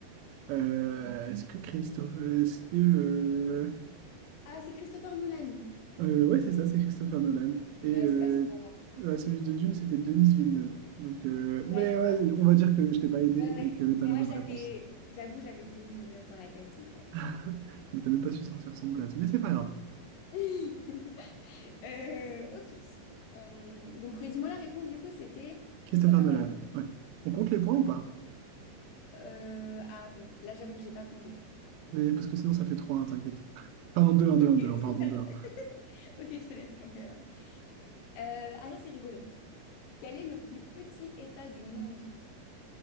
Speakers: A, on the right; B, on the left.
A: Euh, est-ce que Christophe. Est-ce que. euh,
B: Ah, c'est Christopher Nolan.
A: euh, ouais, c'est ça, c'est Christopher Nolan.
B: Eh
A: Et
B: ben,
A: euh,
B: c'est pas ce qu'on a.
A: euh, celui de Dune, c'était Denis Villeneuve. Donc, euh,
B: Ouais,
A: mais
B: c'est
A: ouais,
B: ça.
A: on va dire que je t'ai pas aidé
B: Ouais, ouais.
A: et que tu as
B: Moi,
A: la bonne
B: j'avais,
A: réponse.
B: j'avoue, j'avais Denise Villeneuve dans la tête, donc. euh.
A: <laughs> Mais t'as même pas su sortir son blaze. Mais c'est pas grave.
B: <laughs> Euh, ok. Euh, donc, redis-moi la réponse, du coup, c'était
A: Christopher
B: Christopher
A: Nolan,
B: Nolan.
A: ouais. On compte les points
B: Ok.
A: ou pas?
B: Euh, ah bon, là, j'avoue que j'ai pas compté.
A: Mais- Parce que sinon ça fait trois. 1 t'inquiète. Pardon, deux un deux
B: Ok,
A: un deux un. pardon,
B: super.
A: deux un.
B: <laughs> Ok, je te laisse compter alors. Euh, ah, ça, c'est rigolo. Quel est le plus petit État du monde?